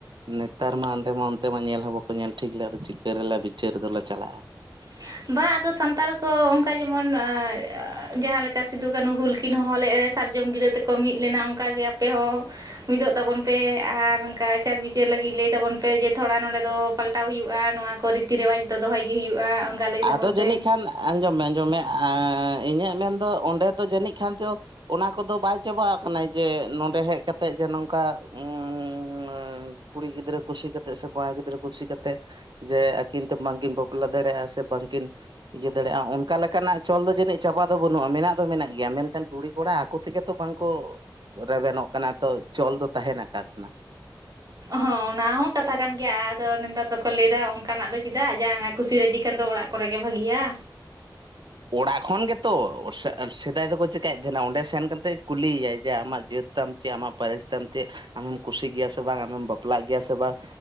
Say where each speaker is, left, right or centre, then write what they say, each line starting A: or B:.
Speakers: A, on the right; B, on the right.
A: ᱱᱮᱛᱟᱨ ᱢᱟ ᱟᱞᱮ ᱢᱟ ᱚᱱᱛᱮ ᱢᱟ ᱧᱮᱞ ᱦᱚᱸ ᱵᱟᱠᱚ ᱧᱮᱞ ᱴᱷᱤᱠ ᱞᱮ ᱟᱫᱚ ᱪᱤᱠᱟᱹ ᱨᱮᱞᱮ ᱵᱤᱪᱟᱹᱨ ᱫᱚᱞᱮ ᱪᱟᱞᱟᱜ-ᱟ᱾
B: <inaudible> ᱵᱟ ᱟᱫᱚ ᱥᱟᱱᱛᱟᱲ ᱠᱚ ᱚᱱᱠᱟ ᱡᱮᱢᱚᱱ ᱚᱻ ᱡᱟᱦᱟᱸ ᱞᱮᱠᱟ ᱥᱤᱫᱩ ᱠᱟᱹᱱᱩ ᱦᱩᱞ ᱠᱤᱱ ᱦᱚᱦᱚ ᱞᱮᱜ ᱨᱮ ᱥᱟᱨᱡᱚᱢ ᱜᱤᱨᱟᱹᱼᱼ ᱛᱮᱠᱚ ᱢᱤᱫ ᱞᱮᱱᱟ ᱚᱱᱠᱟ ᱜᱮ ᱟᱯᱮ ᱦᱚᱸ᱾ ᱢᱤᱫᱚᱜ ᱛᱟᱵᱚᱱ ᱯᱮ ᱟᱨ ᱱᱚᱝᱠᱟ ᱟᱪᱟᱨ ᱵᱤᱪᱟᱹᱨ ᱞᱟᱹᱜᱤᱫ ᱞᱟᱹᱭ ᱛᱟᱵᱚᱱ ᱯᱮ ᱡᱮ ᱛᱷᱚᱲᱟ ᱱᱚᱸᱰᱮ ᱫᱚᱼᱼ ᱯᱟᱞᱴᱟᱣ ᱦᱩᱭᱩᱜ-ᱟ ᱱᱚᱣᱟ ᱠᱚ ᱨᱤᱛᱤ ᱨᱮᱣᱟᱡᱽ ᱫᱚ ᱫᱚᱦᱚᱭ ᱜᱮ ᱦᱩᱭᱩᱜᱼᱟ ᱚᱱᱠᱟ᱾ ᱞᱟᱹᱭ ᱛᱟᱵᱚᱱ
A: ᱟᱫᱚ
B: ᱯᱮ
A: ᱡᱟᱹᱱᱤᱡ ᱠᱷᱟᱱ ᱟᱸᱡᱚᱢ ᱢᱮ ᱟᱸᱡᱚᱢ ᱢᱮ ᱟᱸᱻ ᱤᱧᱟᱹᱜ ᱢᱮᱱ ᱫᱚ ᱚᱸᱰᱮ ᱫᱚ ᱡᱟᱹᱱᱤᱡ ᱠᱷᱟᱱ ᱪᱚᱼᱼ ᱚᱱᱟ ᱠᱚᱫᱚ ᱵᱟᱭ ᱪᱟᱵᱟ ᱟᱠᱟᱱᱟ ᱡᱮ ᱱᱚᱸᱰᱮ ᱦᱮᱡ ᱠᱟᱛᱮᱜ ᱡᱮ ᱱᱚᱝᱠᱟ ᱩᱸᱻ ᱱᱚᱼᱼ ᱠᱩᱲᱤ ᱜᱤᱫᱽᱨᱟᱹ ᱠᱩᱥᱤ ᱠᱟᱛᱮᱜ ᱥᱮ ᱠᱚᱲᱟ ᱜᱤᱫᱽᱨᱟᱹ ᱠᱩᱥᱤ ᱠᱟᱛᱮᱜ ᱡᱮ ᱟᱹᱠᱤᱱ ᱛᱮ ᱵᱟᱝ ᱠᱤᱱ ᱵᱟᱯᱞᱟ ᱫᱟᱲᱮᱜ-ᱟ ᱥᱮᱼᱼ ᱵᱟᱝ ᱠᱤᱱᱼᱼ ᱤᱭᱟᱹ ᱫᱟᱲᱮᱜ-ᱟ ᱚᱱᱠᱟ ᱞᱮᱠᱟ ᱱᱟᱜ ᱪᱚᱞ ᱫᱚ ᱡᱟᱹᱱᱤᱡ ᱪᱟᱵᱟ ᱫᱚ ᱵᱟᱹᱱᱩᱜ-ᱟ ᱢᱮᱱᱟᱜ ᱫᱚ ᱢᱮᱱᱟᱜ ᱜᱮᱭᱟ ᱢᱮᱱᱠᱷᱟᱱ ᱠᱩᱲᱤ ᱠᱚᱲᱟ ᱟᱠᱚ ᱛᱮᱜᱮᱼᱼ ᱛᱚ ᱵᱟᱝ ᱠᱚ ᱨᱮᱵᱮᱱᱚᱜ ᱠᱟᱱᱟ ᱛᱚ ᱪᱚᱞ ᱫᱚ ᱛᱟᱦᱮᱱᱟ ᱠᱟ ᱠᱷᱚᱱᱟᱜ᱾
B: ᱦᱚᱸ ᱚᱱᱟ ᱦᱚᱸ ᱠᱟᱛᱷᱟ ᱠᱟᱱ ᱜᱮᱭᱟ ᱟᱫᱚ ᱱᱮᱛᱟᱨ ᱫᱚᱠᱚ ᱞᱟᱹᱭ ᱫᱟ ᱚᱱᱠᱟ ᱱᱟᱜ ᱫᱚ ᱪᱮᱫᱟᱜ ᱡᱟᱦᱟᱸ ᱱᱟᱜ ᱠᱩᱥᱤ ᱨᱟᱹᱡᱤ ᱠᱷᱟᱱ ᱫᱚ ᱚᱲᱟᱜᱼᱼ ᱠᱚᱨᱮ ᱜᱮ ᱵᱷᱟᱹᱜᱤᱭᱟ᱾
A: ᱚᱲᱟᱜ ᱠᱷᱚᱱ ᱜᱮᱛᱚ ᱥᱮᱜ ᱥᱮᱫᱟᱭ ᱫᱚᱠᱚ ᱪᱮᱠᱟᱭᱮᱫ ᱛᱮᱦᱮᱱᱟ ᱚᱸᱰᱮ ᱥᱮᱱ ᱠᱟᱛᱮᱜ ᱠᱩᱞᱤᱭ ᱭᱟᱭ ᱡᱮ ᱟᱢᱟᱜ ᱡᱟᱹᱛᱼᱼ ᱛᱟᱢ ᱪᱮᱫ ᱟᱢᱟᱜ ᱯᱟᱹᱨᱮᱥ ᱛᱟᱢ ᱪᱮᱫ ᱟᱢᱦᱚᱢ ᱠᱩᱥᱤ ᱜᱮᱭᱟ ᱥᱮ ᱵᱟᱝ ᱟᱢᱮᱢ ᱵᱟᱯᱞᱟᱜ ᱜᱮᱭᱟ ᱥᱮ ᱵᱟᱝ,